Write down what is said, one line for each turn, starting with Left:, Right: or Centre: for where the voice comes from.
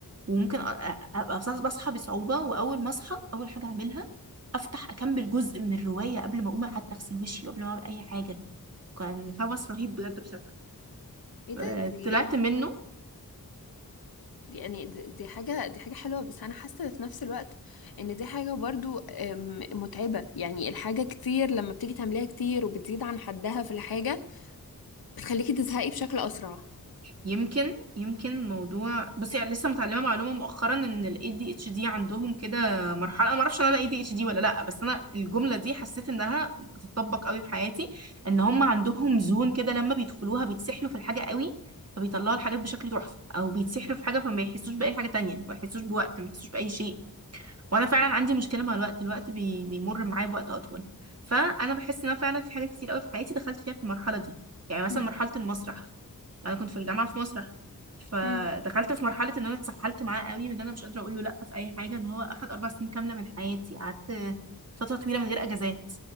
Right: وممكن أ- أ- ابقى بص- بصحى بصعوبه واول ما اصحى اول حاجه اعملها افتح اكمل جزء من الروايه قبل ما اقوم حتى اغسل وشي وقبل ما اعمل اي حاجه كان هوس رهيب بجد بصراحه
Left: ايه ده
Right: آه،
Left: دي
Right: طلعت منه
Left: دي- يعني دي دي حاجة دي حاجة حلوة بس أنا حاسة في نفس الوقت إن دي حاجة برضو أم، متعبة يعني الحاجة كتير لما بتيجي تعمليها كتير وبتزيد عن حدها في الحاجة بتخليكي تزهقي بشكل أسرع
Right: يمكن يمكن موضوع بصي يعني لسه متعلمه معلومه مؤخرا ان ال ADHD عندهم كده مرحله انا ما اعرفش ان انا ADHD ولا لا بس انا الجمله دي حسيت انها بتطبق قوي في حياتي ان هم عندهم زون كده لما بيدخلوها بيتسحلوا في الحاجه قوي فبيطلعوا الحاجات بشكل تحفه او بيتسحلوا في حاجه فما يحسوش باي حاجه تانية ما يحسوش بوقت ما يحسوش باي شيء وانا فعلا عندي مشكله مع الوقت الوقت بي... بيمر معايا بوقت اطول فانا بحس ان انا فعلا في حاجات كتير قوي في حياتي دخلت فيها في المرحله دي يعني مثلا
Left: مم.
Right: مرحله المسرح انا كنت في الجامعه في مسرح فدخلت
Left: مم.
Right: في مرحله ان انا اتسحلت معاه قوي من ان انا مش قادره اقول له لا في اي حاجه ان هو اخد اربع سنين كامله من حياتي قعدت فتره طويله من غير اجازات